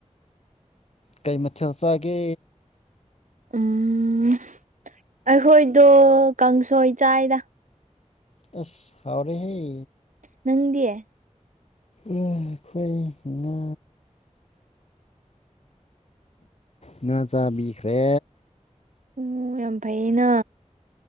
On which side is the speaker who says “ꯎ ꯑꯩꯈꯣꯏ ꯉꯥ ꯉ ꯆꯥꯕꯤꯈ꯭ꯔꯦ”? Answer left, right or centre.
Left